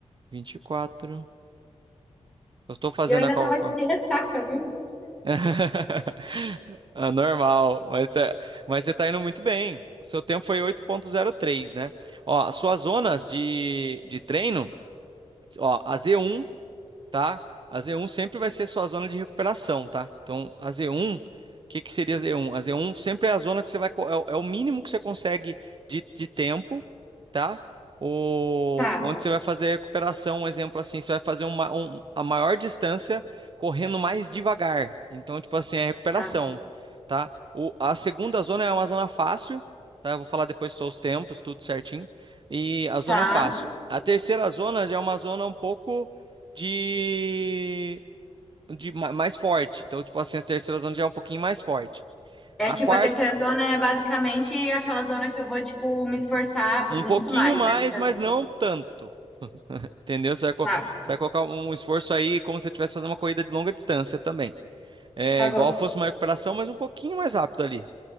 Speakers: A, on the right; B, in the centre.
A: vinte e quatro Eu estou fazendo
B: E eu ainda
A: a calculação.
B: tava de ressaca, viu?
A: <laughs> Ah, Normal, mas, tá- mas você tá indo muito bem. O seu tempo foi oito ponto zero três, né? Ó, as suas zonas de, de treino, ó, a z um tá? A z um sempre vai ser sua zona de recuperação, tá? Então, a z um o que que seria a z um A z um sempre é a zona que você vai, co- é o é o mínimo que você consegue de, de tempo, tá? O,
B: Tá,
A: onde você vai fazer a recuperação, um exemplo assim, você vai fazer uma, um- a maior distância correndo mais devagar. Então, tipo assim, é a recuperação,
B: tá,
A: tá? O, a segunda zona é uma zona fácil, tá? Eu vou falar depois só os tempos, tudo certinho. E a zona
B: tá.
A: fácil. A terceira zona já é uma zona um pouco de, de ma- mais forte. Então, tipo assim, a terceira zona já é um pouquinho mais forte.
B: É
A: A
B: tipo,
A: quarta,
B: a terceira zona é basicamente aquela zona que eu vou, tipo, me esforçar
A: um
B: muito
A: pouquinho
B: mais, né?
A: mais,
B: do que as
A: mas
B: outras.
A: não tanto. Entendeu? Você vai, co-
B: Tá,
A: você vai colocar um esforço aí como se você estivesse fazendo uma corrida de longa distância também. É
B: tá bom.
A: igual fosse uma recuperação, mas um pouquinho mais rápido ali.